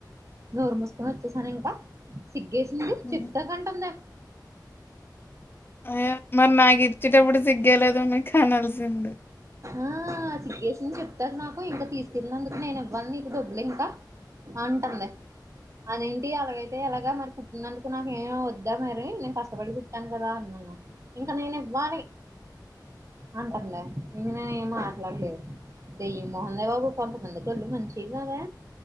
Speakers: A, on the right; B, on the left.
A: నోరు మసుకొని వచ్చేసాను ఇంకా సిగ్గేసింది
B: హ్మ్.
A: చెప్తా కంటుంద
B: అయ్యో మరి నాకు ఇచ్చేటప్పుడు సిగ్గయలేదు మీకు కానాల్సి ఉంది
A: ఆ ఆ సిగేషన్ చెప్ నాకు ఇంక తీసుకెళ్ళినందుకు నేను ఇవ్వని ఇ డబ్బులు ఇంకా అ అ అలాగైతే ఎలాగా మరి కుట్టినందుకు నాకేమో వద్దా మరి నేను కష్టపడి కుుట్టాను కదా అన్నాను ఇంక నేను ఇవ్వాలి అంటానులే ఇంక నేనే ఏమో మాట్లాడలేదు దయ్యం మోహన్ ద బాబు కొంతమంది తలు మంచిది కదా